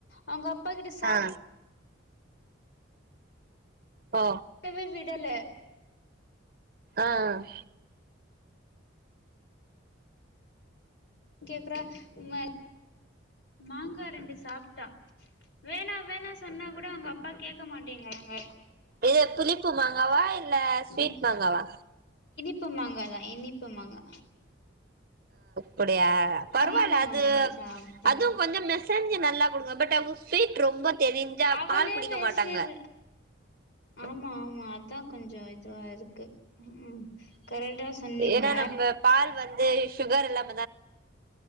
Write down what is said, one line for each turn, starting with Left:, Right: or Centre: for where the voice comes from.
Left: அவுங்க அப் ப்பா கிட்ட சாப்ட்
Right: ஆ ஓ
Left: டவே விடல
Right: ஆஹ்
Left: கேக்குறா ம மாங்கா ரெண்டு சாப்ட்டா வேணா வேணான்னு சொன்னா கூட அவுங்க அப்பா கேக்க மாடேங்கிறாங்க
Right: எது புளிப்பு மாங்காவா இல்ல ஸ்வீட்
Left: ம்
Right: மாங்காவா
Left: இனிப்பு மாங்காதான் இனிப்பு மாங்கா
Right: அப்டி யா பரவால்ல
Left: இனிப்பு மாங்காதா
Right: அது
Left: சாப்ட்டா
Right: அதும் கொஞ்சோம் மெசெஞ்சு நல்லா கொடுங்க பட் அவளுக்கு ஸ்வீட் ரொம்ப தெரிஞ்சா
Left: அவளே
Right: பால் குடிக்க
Left: மெசுர்
Right: மாட்டாங்க
Left: ஆமா ஆமா அதான் கொஞ்சம் இதவா இருக்கு உம் கரெக்டா சொன்னீங்க
Right: ஏன்னா நம்ம பால் வந்து சுகர் எல்லாம்